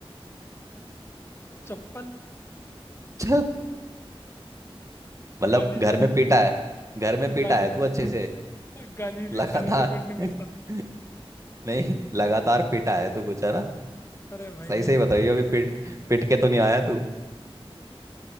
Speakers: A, on the left; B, on the right.
A: चप्पल
B: चल। मतलब
A: गाली
B: घर में पीटा है घर में
A: <laughs>
B: पीटा
A: गाली
B: है तू अच्छे से
A: <laughs> गाली भी
B: लगातार
A: खाने से पेट नहीं भरता
B: <laughs> नहीं लगातार पीटा है तू कुछ है ना
A: अरे भाई
B: सही
A: नहीं
B: सही बताइए अभी पीट पिट के तो नहीं आया तू